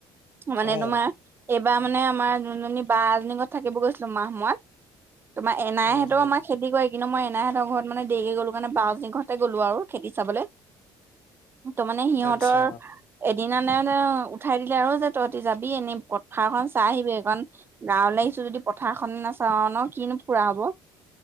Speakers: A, on the right (about 25°); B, on the left (about 75°).
A: মানে
B: অ
A: তোমাৰ এইবাৰ মানে আমাৰ যোনজনী বা এজনীঘৰত থাকিব গৈছিলোঁ মাহ, মই তোমাৰ এনাইহেতেওঁ
B: অ হয়
A: আমাৰ খেতি কৰি কিন্তু মই এনাইহঁতৰ ঘৰত মানে দেৰিক গলোঁ কাৰনে বা <unintelligible> ঘৰতে গলোঁ আৰু। চাবলে ত' মানে সিহঁতৰ
B: আচ্ছা
A: এদিনা <unintelligible> উঠাই দিলে আৰু যে তইহঁতি যাবি এনেই পথাৰখন চাই আহিবি কাৰণ গাঁৱলে আহিছোঁ যদি পথাৰখন নাচাওঁ ন, কিনো ফুৰা হ'ব।